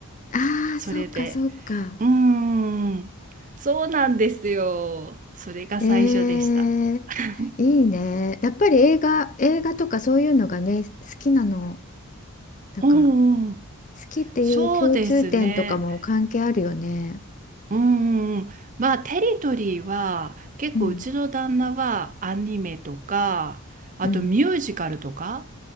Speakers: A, on the left (about 35°); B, on the right (about 35°).
A: ああ、
B: それで、
A: そっかそっか。
B: うーん、そうなんですよ。それが最初でした。
A: えー、
B: <laughs>
A: いいね。やっぱり映画、映画とかそういうのがね、好きなの、なんか
B: うんうん、
A: 好きっていう共通点とかも関係あるよね。
B: そうですね。うんうんうん、まあテリトリーは結構うちの旦那はアニメとかあとミュージカルとか
A: うん、うん。